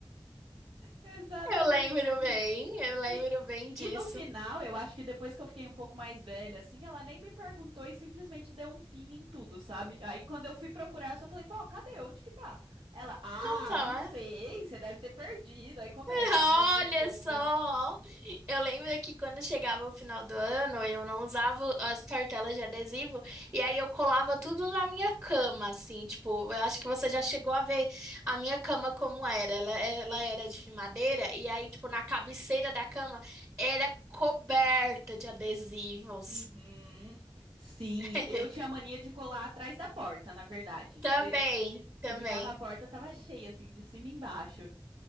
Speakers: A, on the right; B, on the right.
A: Exatamente.
B: Eu lembro bem, eu lembro
A: E,
B: bem disso.
A: E no final, eu acho que depois que eu fiquei um pouco mais velha, assim, ela nem me perguntou e simplesmente deu um fim em tudo, sabe? Aí quando eu fui procurar, eu só falei, vó, cadê? Onde que tá? Ela, ah,
B: Não tá,
A: não sei,
B: né?
A: você deve ter perdido. Aí começa,
B: <laughs> Olha
A: né, as desculpas.
B: só! Eu lembro que quando chegava o final do ano, eu não usava as cartelas de adesivo, e aí eu colava tudo na minha cama, assim, tipo, eu acho que você já chegou a ver a minha cama como era. Ela, ela era de madeira, e aí, tipo, na cabeceira da cama era coberta de adesivos.
A: Uhum. Sim,
B: <laughs>
A: eu tinha mania de colar atrás da porta, na verdade.
B: Também,
A: Você você
B: também.
A: virava a porta, tava cheia, assim, de cima e embaixo.